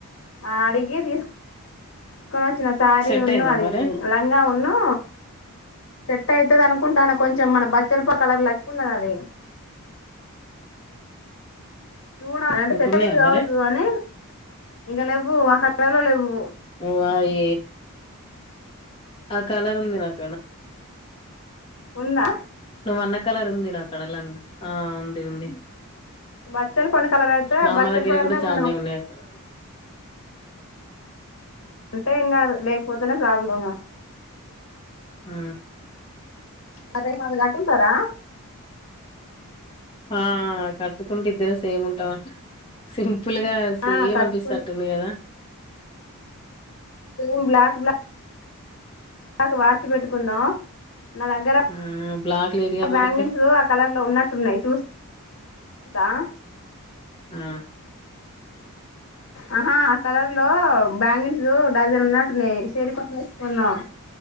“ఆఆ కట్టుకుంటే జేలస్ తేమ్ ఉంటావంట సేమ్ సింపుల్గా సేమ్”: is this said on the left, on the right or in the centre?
Left